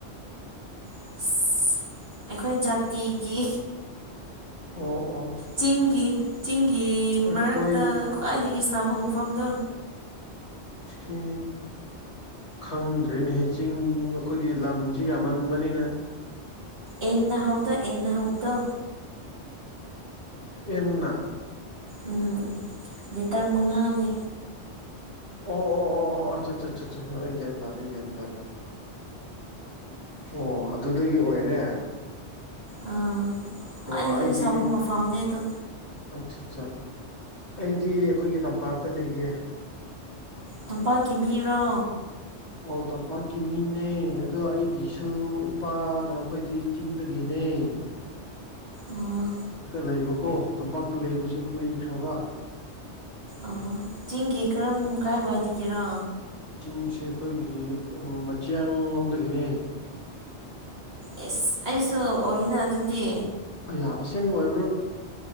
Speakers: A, on the right; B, on the left.
A: ꯑꯁ ꯑꯩꯈꯣꯏ ꯖꯥꯇꯤꯒꯤ
B: ꯑꯣ ꯑꯣ
A: ꯆꯤꯡꯒꯤ ꯆꯤꯡꯒꯤ
B: ꯑꯩꯈꯣꯏ
A: ꯃꯔꯛꯇ ꯈ꯭ꯋꯥꯏꯗꯒꯤ ꯁꯥꯕ ꯃꯐꯝꯗꯣ
B: ꯐ ꯈꯪꯗ꯭ꯔꯦꯅ ꯍꯦ ꯆꯤꯡ ꯑꯩꯈꯣꯏꯒꯤ ꯂꯝꯁꯤ ꯌꯥꯝꯃꯟꯕꯅꯤꯅ
A: ꯌꯦꯟꯅ ꯍꯥꯎꯗꯣ ꯌꯦꯟꯅ ꯍꯥꯎꯗꯣ
B: ꯑꯦꯟꯅ
A: ꯎꯝ ꯂꯤꯇꯔ ꯃꯉꯥꯅꯦ
B: ꯑꯣ ꯑꯣ ꯑꯣ ꯑꯆꯥ ꯑ ꯑꯩ ꯒ꯭ꯌꯥꯟ ꯇꯥꯔꯦ ꯑꯩ ꯒ꯭ꯌꯥ ꯇꯔꯦ ꯑꯣ ꯑꯗꯨꯗꯒꯤ ꯑꯣꯏꯔꯦ
A: ꯑꯥ ꯈ꯭ꯋꯥꯏꯗꯒꯤ
B: ꯑꯣ ꯑꯩꯗꯤ
A: ꯁꯥꯕ ꯃꯐꯝꯅꯦ ꯑꯗꯣ
B: ꯑꯆꯥ ꯑꯠꯆꯥ ꯑꯩꯗꯤ ꯑꯩꯈꯣꯏꯒꯤ ꯇꯝꯄꯥꯛꯇ ꯂꯩꯌꯦ
A: ꯇꯝꯄꯥꯛꯀꯤ ꯃꯤꯔꯣ
B: ꯑꯣ ꯇꯝꯄꯥꯛꯀꯤ ꯃꯤꯅꯦ ꯑꯗꯣ ꯑꯩꯒꯤꯁꯨ ꯏꯄꯥ ꯀꯩꯅꯣꯈꯣꯏꯗꯤ ꯆꯤꯡꯗꯒꯤꯅꯦ ꯍ
A: ꯑꯣ
B: ꯂꯩꯕꯀꯣ ꯇꯝꯄꯥꯛꯇ ꯂꯩꯕꯁꯦ ꯀꯨꯏꯈ꯭ꯔꯕ
A: ꯑ ꯆꯤꯡꯒꯤ ꯀꯔꯝ ꯀꯥꯏ ꯋꯥꯏꯒꯦꯔꯣ
B: ꯆꯤꯡꯁꯦ ꯑꯩꯈꯣꯏꯒꯤ ꯃꯆꯤꯌꯥ ꯂꯣꯝꯗꯒꯤꯅꯦ
A: ꯑꯦꯁ ꯑꯩꯁꯨ ꯑꯗꯨꯗꯤ
B: ꯑ ꯑꯁꯦꯡꯕ ꯑꯣꯏ